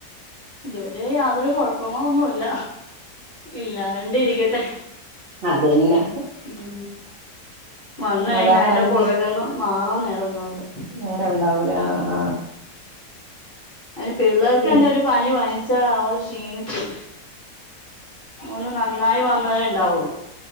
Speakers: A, on the left; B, on the right.
A: ഇതുവരെ യാതൊരു കൊഴപ്പങ്ങളൊന്നുല്ല. ഇല്ലാണ്ടിരിക്കട്ടെ.
B: അതെന്നെ
A: ഉം വന്നയ്ഞ്ഞ
B: അതാണ്
A: അയ്ന്റെ
B: അത്
A: പൊറകേന്ന്
B: കേ
A: മാറാൻ നേരോണ്ടാവില്ല.
B: നേരം ഉണ്ടാവൂല ആഹ് ആഹ്.
A: അയ്ന് പിള്ളേർക്കെന്നെ
B: ആഹ്
A: ഒരു പനി പനിച്ചാ അവർ ക്ഷീണിച്ചു. ഒന്ന് നന്നായി വന്നതേ ണ്ടാവൊള്ളു.